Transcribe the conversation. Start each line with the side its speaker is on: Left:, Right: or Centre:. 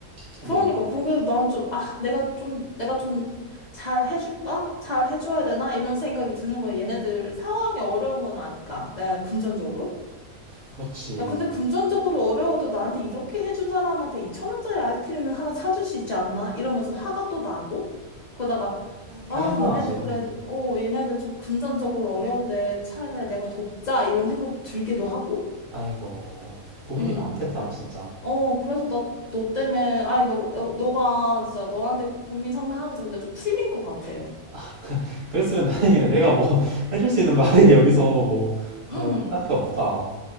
Right: 그게,
Left: 그러니까 그서난 좀, 아, 내가 좀, 내가 좀 잘 해줄까? 잘 해줘야 되나? 이런 생각이 드는 거야. 얘네들 상황이 어려운 건 아니까. 내가 금전적으로.
Right: 그렇지.
Left: 야, 근데 금전적으로 어려워도 나한테 이렇게 해준 사람한테 2천 원짜리 아이스크림을 하나 사줄 수 있지 않나? 이러면서 화가 또 나고. 그러다가, 아,
Right: 당연히 화나지.
Left: 얘네들 그래, 어, 얘네들 좀 금전적으로 어려운데 차라리 그냥 내가 돕자. 이런 생각도 들기도 하고.
Right: 아이고, 고민이
Left: 음,
Right: 많겠다,
Left: 그래.
Right: 진짜.
Left: 어, 그래서 나, 너 때문에, 아니, 너, 너, 너가 진짜 너한테 고민 상담하면서 근데 좀 풀린 것 같아.
Right: <laughs> 그, 그랬으면 다행이네. 내가 뭐 <laughs> 해줄 수 있는 말이 <laughs> 여기서 뭐, 뭐
Left: 응.
Right: 딱히 없다.